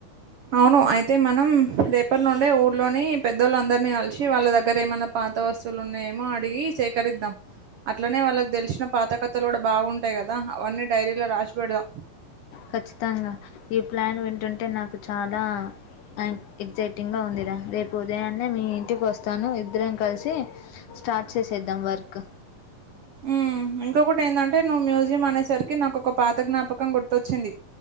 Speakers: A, on the right (about 85°); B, on the left (about 70°).
A: అవును అయితే మనం రేపటి నుండే ఊర్లోని పెద్దవాళ్ళ అందరినీ కలిసి వాళ్ళ దగ్గర ఏమైనా పాత వస్తువులు ఉన్నాయేమో అడిగి సేకరిద్దాం అట్లనే వాళ్ళకి తెలిసిన పాతకథలు కూడా బాగుంటాయి కదా అవన్నీ డైరీలో రాసి పెడదాం
B: ఖచ్చితంగా ఈ ప్లాన్ వింటుంటే నాకు చాలా అండ్ ఎక్సైటివ్గా ఉందిరా రేపు ఉదయాన్నే మీ ఇంటికి వస్తాను ఇద్దరం కలిసి స్టార్ట్ చేసేద్దాం వర్క్
A: ఉమ్ ఇంకొకటి ఏంటంటే నువ్వు మ్యూజియం అనేసరికి నాకొ ఒక పాత జ్ఞాపకం గుర్తొచ్చింది